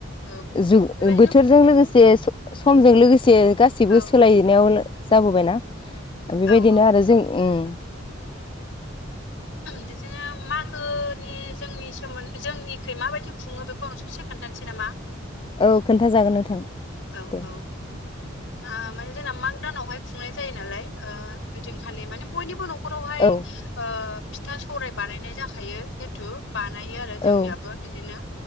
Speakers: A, on the left; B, on the left.
A: औ
B: जुग
A: बेबायदिनो
B: बोथोरजों लोगोसे समजों लोगोसे गासिबो
A: औ
B: सोलायनायाव जाबोबायना? बेबायदिनो
A: औ औ
B: आरो जों ओम
A: बिदिनो मागोनि जोंनि सोमोन्दै जोंनिखै माबायदि खुङो बेखौ आं ससे खोन्थानोसै नामा?
B: औ खोन्थाजागोन नोंथां।
A: औ
B: दे
A: औ। माने जोंना माग दानावहाय खुंनाय जायो नालाय ओ ओइदिनखालि माने बयनिबो न' खरावहाय
B: औ
A: ओ फिथा सौराय बानायनाय जाखायो जिहेथु बानायो आरो जोंनियाबो।
B: औ
A: बिदिनो